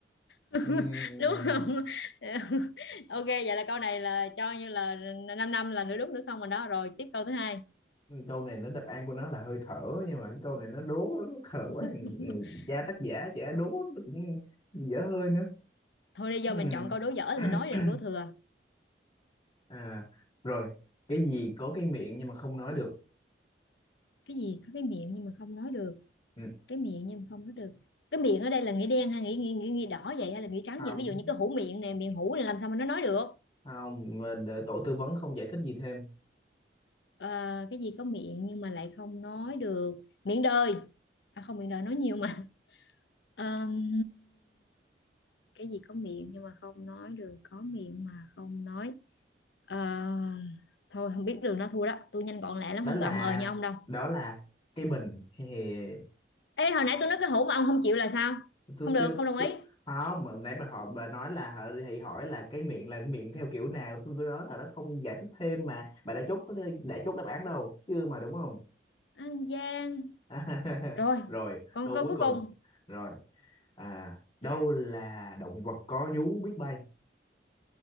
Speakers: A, on the left; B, on the left.
A: <laughs>
B: Ừm,
A: đúng không <laughs> ok vậy là câu này là cho như là 5 năm năm là nửa đúng nửa không rồi đó rồi tiếp câu thứ hai
B: câu này nó đáp án của nó là hơi thở nhưng mà cái câu này nó đố nó khờ quá
A: <laughs>
B: Ừ, cha tác giả trẻ đố nó cũng dở hơi nữa
A: thôi đi do
B: ừ.
A: mình chọn câu đố dở thì
B: <clears throat>
A: mình nói đừng đố thừa
B: à rồi cái gì có cái miệng nhưng mà không nói được
A: cái gì có cái miệng nhưng mà không nói được
B: ừ.
A: cái miệng nhưng mà không nói được cái miệng ở đây là nghĩa đen hay nghĩa nghĩa, nghĩa, nghĩa đỏ vậy hay là nghĩa trắng
B: không
A: vậy ví dụ như cái hũ miệng nè miệng hũ này làm sao mà nó nói được
B: không mà đợi tổ tư vấn không giải thích gì thêm
A: Ờ, cái gì có miệng nhưng mà lại không nói được miệng đời à không miệng đời nói nhiều mà <laughs> Ờm, cái gì có miệng nhưng mà không nói được có miệng mà không nói Ờ, thôi không biết đường đó thua đó tôi nhanh gọn lẹ lắm
B: đó
A: không
B: là
A: có ậm ờ như ông đâu
B: đó là cái bình Hề hề.
A: ê hồi nãy tôi nói cái hũ mà ông không chịu là sao
B: tôi
A: không được
B: kêu
A: không đồng
B: tôi...
A: ý
B: không mà nãy bà hỏi bà nói là hả, thì hỏi là cái miệng là miệng theo kiểu nào tôi nói là nó không giải thích thêm mà bà đã chốt đã chốt đáp án đâu chứ mà đúng không
A: An Giang
B: <laughs>
A: rồi
B: rồi
A: con
B: câu
A: câu
B: cuối
A: cuối
B: cùng
A: cùng
B: rồi à đâu là động vật có vú biết bay